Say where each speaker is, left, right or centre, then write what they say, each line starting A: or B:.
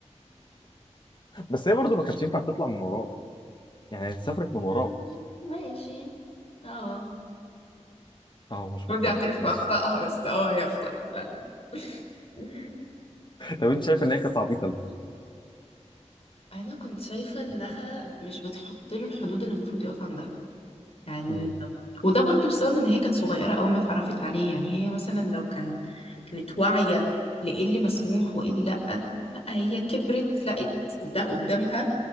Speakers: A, on the left (about 40°); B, on the left (about 55°).
A: بس هي برضه ما كانتش ينفع تطلع من وراه يعني سافرت من وراه
B: <laughs> ماشي اه
A: اه مش
B: بدي
A: مقتنع
B: أعترف
A: ماشي
B: بأخطائها بس أه هي أخطأت فعلا <laughs>
A: طب انت شايف ان هي كانت عبيطة
B: انا كنت شايفه انها مش بتحط له الحدود اللي المفروض يقف عندها يعني
A: ليه؟
B: وده برضو بسبب ان هي كانت صغيرة اول ما اتعرفت عليه يعني هي مثلا لو كان كانت واعية لإيه اللي مسموح وإيه اللي لأ لأ هي كبرت لقت ده قدامها